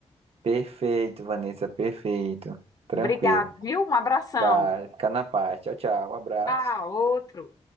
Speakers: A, on the right; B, on the left.
A: Perfeito, Vanessa, perfeito. Tranquilo.
B: Obrigada, viu? Um abração.
A: Vai, fica na paz. Tchau, tchau. Um abraço.
B: Ah, outro.